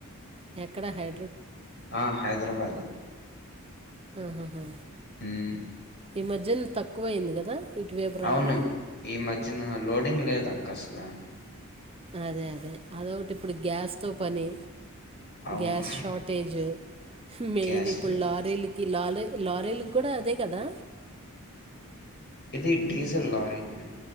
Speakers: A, on the right (about 25°); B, on the left (about 50°).
A: ఎక్కడ హై
B: ఆ హైదరాబాద్
A: అహాహ
B: ఉమ్
A: ఈ మధ్యన తక్కువ అయింది కదా ఇటువైపు రావడం
B: అవును ఈ మధ్యన లోడింగ్ లేద అక్క అసలా
A: అదే అదే అదొ ఒకటి ఇప్పుడు గ్యాస్ తో పని
B: అవును
A: గ్యాస్ షార్టేజ్ మెయిన్
B: గ్యాస్
A: ఇప్పుడు
B: లేవు
A: లారీలు లాలె లారెల్ కూడా అదే కదా
B: ఇది డీజల్ లారీకి